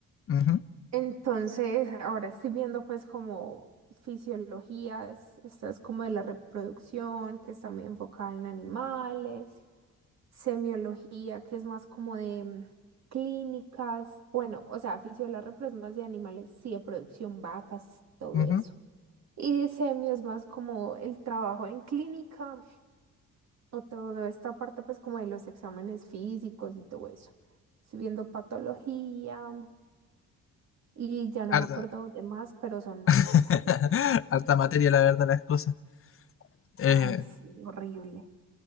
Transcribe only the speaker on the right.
Entonces, ahora estoy viendo pues como fisiologías, esta es como de la reproducción, que está muy enfocada en animales. semiología, que es más como de mm, clínicas, bueno, o sea, fisiología pero es más de animales, sí, de producción, vacas, todo
eso. Y semio es más como el trabajo en clínica o toda esta parte pues como de los exámenes físicos y todo eso. Estoy viendo patología mm, y ya no
me acuerdo de más, pero son más.
Ay, sí, horrible.